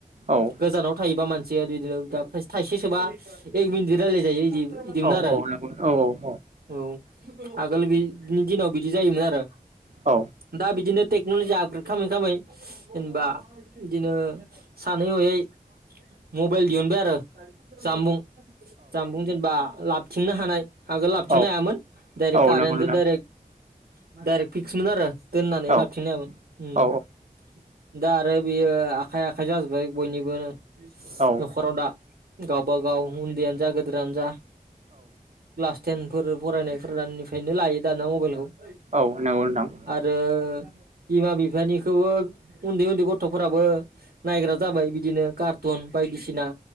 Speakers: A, on the right; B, on the right.
A: औ
B: गोजानाव थायोबा मानसि <unintelligible> दा थाइसे सोबा एक मिनिट रायज्लाय जायो बिदि बिदिमोन
A: औ
B: आरो
A: औ नंगौ औ
B: औ आगोल बिनि दिनाव बिदि जायोमोन आरो
A: औ
B: दा बिदिनो टेक्न'लजि आ खालामामै खालामामै जेनेबा बिदिनो सानै हयै मबाइल दिहुनबाय आरो जामबुं जामबुं जेनेबा लाबथिंनो हानाय आगोल लाबोथिंनो
A: औ
B: हायामोन डायरेक्ट
A: औ
B: कारेनत
A: नंगौ नोंथां
B: डाइरेक्ट डाइरेक्ट फिक्स मोन आरो । दोननानै
A: औ
B: लाबथिंनो हायामोन
A: औ
B: दा आरो बियो आखाइ आखाइ जाजोब्बाय बयनिबो न'खराव
A: औ
B: दा गावबागाव उन्दैयानो जा गदोरानो जा क्लास टेन फोर फरायनायफोरनिफ्रायनो लायो दाना मबाइलखौ
A: औ नंगौ नोंथां।
B: आरो बिमा बिफानिखौबो उन्दै उन्दै गथ'फोराबो नायग्रा जाबाय बिदिनो कारथु न बायदिसिना